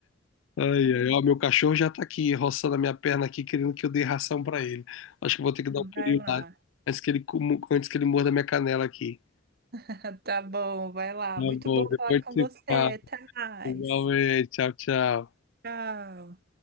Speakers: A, on the left; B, on the right.
A: Ai,
B: Ah,
A: ai, ó, meu cachorro já tá aqui, roçando a minha perna aqui, querendo que eu dê ração para ele. Acho que vou ter que dar um pulinho
B: Vai lá.
A: lá, antes que ele, comu- antes que ele morda minha canela aqui.
B: <laughs> Tá bom, vai lá.
A: Tá
B: Muito
A: bom,
B: bom
A: depois
B: falar com
A: te
B: você,
A: falo.
B: Thais.
A: Igualmente, tchau, tchau.
B: Tchau.